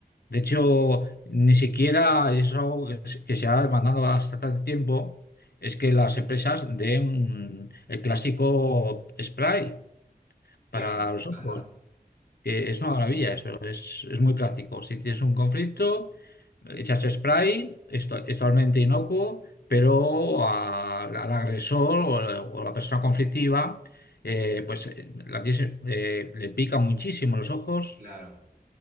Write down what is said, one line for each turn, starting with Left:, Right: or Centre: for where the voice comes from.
Left: De hecho, ni siquiera, y eso es algo que, se que se ha demandado bastante tiempo, es que las empresas den el clásico spray
Right: Claro,
Left: para los ojos
Right: ajá,
Left: que es una maravilla eso, es, es muy práctico. Si tienes un conflicto, echas spray, esto es totalmente inocuo, pero a- al agresor o, la o la persona conflictiva, eh, pues eh, la tienes, eh, le pica muchísimo los ojos
Right: claro,